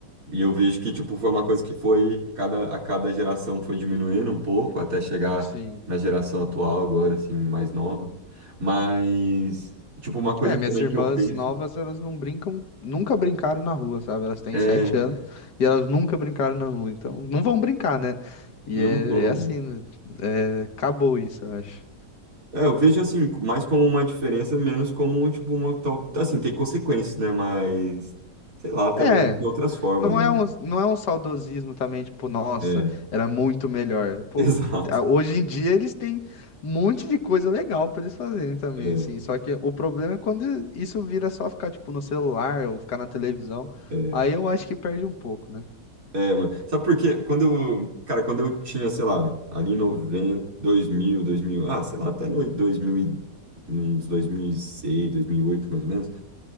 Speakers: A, on the right; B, on the left.
A: E eu vejo que, tipo, foi uma coisa que foi, cada, a cada geração foi diminuindo um pouco, até chegar
B: Sim.
A: na geração atual agora, assim, mais nova. Mas, tipo, uma coisa
B: É,
A: que
B: minhas
A: também
B: irmãs
A: que eu penso
B: novas, elas não brincam, nunca brincaram na rua, sabe? Elas têm
A: é,
B: sete anos e elas nunca brincaram na rua, então não vão brincar, né? E
A: não
B: é,
A: vão...
B: é assim, né? É, acabou isso, eu acho.
A: É, eu vejo, assim, mais como uma diferença, menos como, tipo, uma tal... Assim, tem consequências, né? Mas, sei lá, também
B: É,
A: tem outras formas,
B: não é
A: né?
B: um, não é um saudosismo também, tipo, nossa,
A: É,
B: era muito melhor. Pô,
A: <laughs> exato.
B: a- hoje em dia eles têm um monte de coisa legal pra eles fazerem também,
A: É.
B: assim. Só que o problema é quando isso vira só ficar, tipo, no celular ou ficar na televisão.
A: é.
B: Aí eu acho que perde um pouco, né?
A: É, mano. Sabe por quê? Quando eu, cara, quando eu tinha, sei lá, ali em noventa, dois mil dois mil ah, sei lá, até no 2000, e- uns 2006, oito mais ou menos.